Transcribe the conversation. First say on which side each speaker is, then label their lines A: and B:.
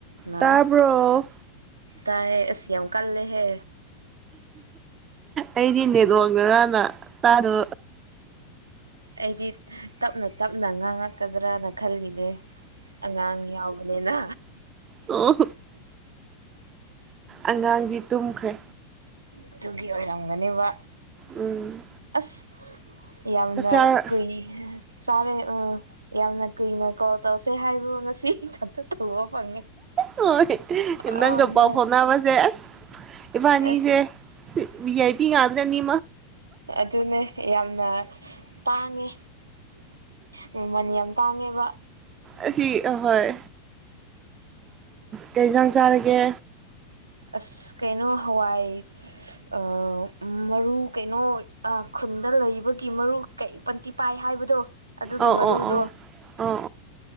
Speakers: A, on the right (about 80°); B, on the right (about 25°).
A: ꯂ
B: ꯇꯥꯕ꯭ꯔꯣ
A: ꯇꯥꯏꯌꯦ ꯑꯁ ꯌꯥꯝ ꯀꯜꯂꯦꯍꯦ
B: ꯑꯩꯗꯤ ꯅꯦꯂꯣꯡꯗꯔꯅ ꯇꯥꯗꯣ
A: ꯑꯩꯗꯤ ꯇꯞꯅ ꯇꯞꯅ ꯉꯥꯡꯉꯛꯀꯗ꯭ꯔꯅ ꯈꯜꯂꯤꯅꯦ ꯑꯉꯥꯡ ꯌꯥꯎꯕꯅꯤꯅ
B: ꯑꯣ ꯑꯉꯥꯡꯗꯤ ꯇꯨꯝꯈ꯭ꯔꯦ
A: ꯑꯗꯨꯒꯤ ꯑꯣꯏꯔꯝꯒꯅꯦꯕ
B: ꯎꯝ
A: ꯑꯁ ꯌꯥꯝꯅ
B: ꯆꯥꯛꯆꯥꯔ
A: ꯀꯨꯏ ꯆꯥꯔꯦ ꯎ ꯌꯥꯝꯅ ꯀꯨꯏꯅ ꯀꯣ ꯇꯧꯁꯦ ꯍꯥꯏꯕꯨ ꯉꯁꯤ ꯈꯛꯇꯥ ꯊꯩꯕ ꯐꯪꯉꯦ
B: ꯍꯣꯏ
A: ꯑ
B: ꯅꯪꯒ
A: ꯅꯪ
B: ꯄꯥꯎ ꯐꯥꯎꯅꯕꯁꯦ ꯑꯁ ꯏꯕꯥꯅꯤꯁꯦ
A: ꯑꯁ
B: ꯕꯤ ꯑꯥꯏ ꯄꯤ ꯉꯥꯛꯇꯥꯅꯦ
A: ꯑꯗꯨꯅꯦ ꯌꯥꯝꯅ ꯇꯥꯡꯉꯦ ꯃꯥꯃꯟ ꯌꯥꯝ ꯇꯥꯡꯉꯦꯕ
B: ꯑꯁꯤ ꯑꯍꯣꯏ ꯀꯩ ꯖꯥꯡ ꯆꯥꯔꯒꯦ
A: ꯑꯁ ꯀꯩꯅꯣ ꯍꯋꯥꯏ ꯑ ꯃꯔꯨ ꯀꯩꯅꯣ ꯈꯨꯟꯗ ꯂꯩꯕꯒꯤ ꯃꯔꯨ ꯀꯩ ꯄꯟꯇꯤ ꯄꯥꯏ ꯍꯥꯏꯕꯗꯣ ꯑꯗꯨꯒꯤ
B: ꯑꯧ
A: ꯃꯔꯨꯗꯣ
B: ꯑꯧ ꯑꯧ ꯑꯣ